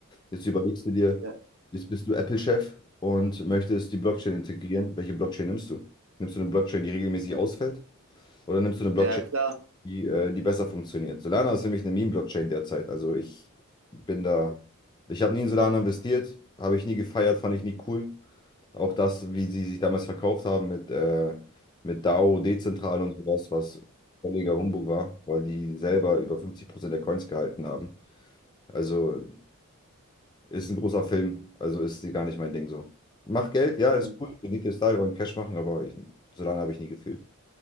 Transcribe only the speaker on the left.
Jetzt überlegst du dir,
jetzt bist du Apple-Chef und möchtest die Blockchain integrieren. Welche Blockchain nimmst du? Nimmst du eine Blockchain, die regelmäßig ausfällt? Oder nimmst du eine Blockchain,
die, äh, die besser funktioniert? Solana ist nämlich eine Meme-Blockchain derzeit. Also ich bin da, ich habe nie in Solana investiert, habe ich nie gefeiert, fand ich nie cool. Auch das, wie sie sich damals verkauft haben mit, äh, mit DAO, dezentral und sowas, was völliger Humbug war, weil die selber über 50% der Coins gehalten haben. Also ist ein großer Film, also ist sie gar nicht mein Ding so. Mach Geld, ja,
ist cool, Rendite ist da, wir wollen Cash machen, aber ich, so lange habe ich nie gefühlt.